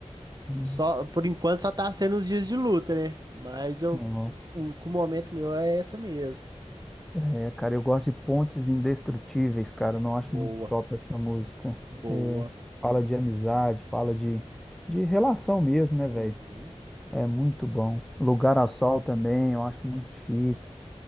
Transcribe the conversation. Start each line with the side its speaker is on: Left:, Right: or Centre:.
Centre: Hum,
Right: só, por enquanto só tá sendo os dias de luta, né? Mas eu,
Centre: ó.
Right: o, com o momento meu é essa mesmo.
Centre: É, cara, eu gosto de Pontes Indestrutíveis, cara, eu não acho
Right: Boa,
Centre: muito top essa música.
Right: boa.
Centre: É, fala de amizade, fala de, de relação mesmo, né,
Right: Uhum.
Centre: velho? É muito bom. Lugar ao Sol também, eu acho muito chique.